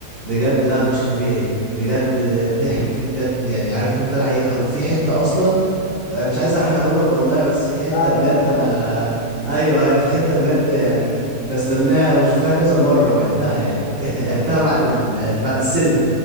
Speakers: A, on the right (about 60°); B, on the left (about 80°).
A: بجد لا مش طبيعي بجد الضحك فيه بجد يعني عارف انت حقيقي قوي في حتة اصلا أنا مش عايز احرقهولك والله بس في حتة
B: لا لا
A: بجد
B: ما تحرقش
A: انا
B: اه
A: <laughs> ايوه ايوه في حتة بجد يعني بستناها وشفتها كذا مرة وعدتها يعني <laughs> عدتها بعد ال... بعد السينما